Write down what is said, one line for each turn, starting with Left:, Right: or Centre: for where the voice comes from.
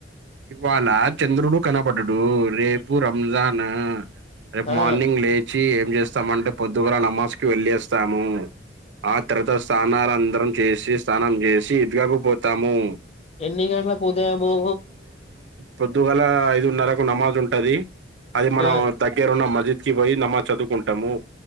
Right: ఇవాళ చంద్రుడు కనపడ్డడు రేపు రంజాన్ నా రేపు
Left: ఆ
Right: మార్నింగ్ లేచి ఏం చేస్తామంటే పొద్దుగాల నమాజ్ కి వెళ్ళి వస్తాము ఆ తర్త స్నానాలందరం చేసి స్నానం చేసి ఈద్‌గాహ్కు పోతాము
Left: ఎన్ని గంట్లకు ఉదయము
Right: పొద్దుగల ఐదున్నరకు నమాజ్ ఉంటది అది మనం
Left: ఆ
Right: దగ్గరున్న మజ్ అజిత్ కి పోయి నమాజ్ చదువుకుంటాము